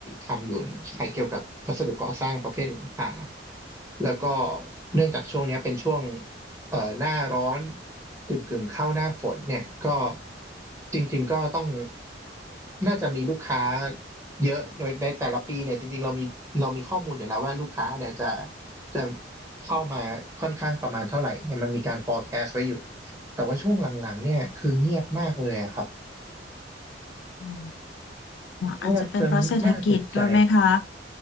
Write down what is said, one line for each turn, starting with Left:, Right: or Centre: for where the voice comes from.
Right: ทำอยู่เนี่ยใช้เกี่ยวกับวัสดุก่อสร้างประเภทหลังคาแล้วก็เนื่องจากช่วงเนี้ยเป็นช่วงเอ่อหน้าร้อนกึ่งกึ่งเข้าหน้าฝนเนี่ยก็จริงๆก็ต้องน่าจะมีลูกค้าเยอะโดยในแต่ละปีเนี่ยจริงๆเรามีเรามีข้อมูลอยู่แล้วว่าลูกค้าเนี่ยจะจะ เข้ามาค่อนข้างประมาณเท่าไหร่เนี่ยมันมีการ forecast ไว้อยู่แต่ว่าช่วงหลังๆเนี่ยคือเงียบมากเลยอะครับ
Left: อ๋อ
Right: เงียบจนน่าตกใจ
Left: อาจจะเป็นเพราะเศรษฐกิจด้วยไหมคะ